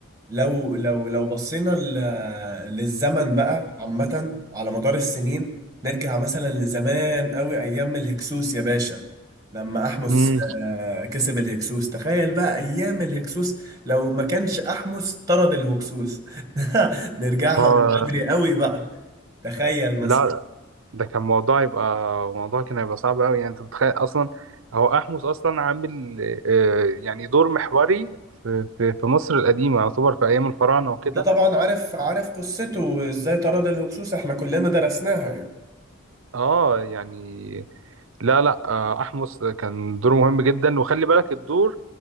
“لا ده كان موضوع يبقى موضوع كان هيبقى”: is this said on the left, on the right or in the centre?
Right